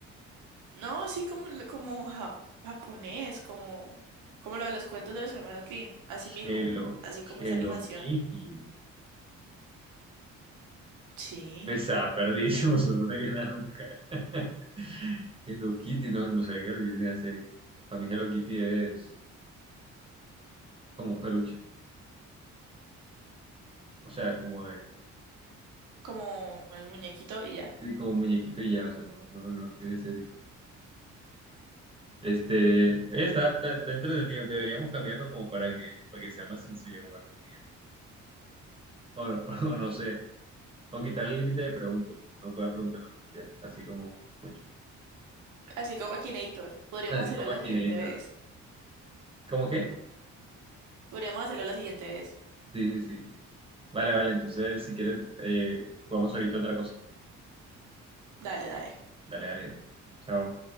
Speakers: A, on the right (about 80°); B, on the right (about 20°).
A: No, así como, el- como ja- japonés, como, como lo de los cuentos de los hermanos Grimm, así
B: Hello,
A: mismo, así como
B: Hello
A: esa animación.
B: Kitty.
A: Sí.
B: Esa, perdísimos, <laughs> no hay una nunca. <laughs> Hello Kitty, no, no sé qué es la serie. Para mí Hello Kitty es como un peluche, o sea, como de
A: como el muñequito y ya.
B: Sí, como muñequito y ya, o sea, no, no, no, tiene serio. Este, oye, está, está, está entretenido, deberíamos cambiarlo como para que, para que sea más sencillo como resumir. O, no <laughs> o no sé, o quitar el límite de preguntas, y que uno pueda preguntar lo que quiera, así como mucho.
A: Así como Akinator. Podríamos
B: Así
A: hacerlo
B: como
A: la
B: aquí
A: siguiente
B: Akinator.
A: vez.
B: ¿Cómo qué?
A: Podríamos hacerlo la siguiente vez.
B: Sí, sí, sí. Vale, vale, entonces si quieres, eh, jugamos ahorita otra cosa.
A: Dale, dale.
B: Dale, dale. Chao.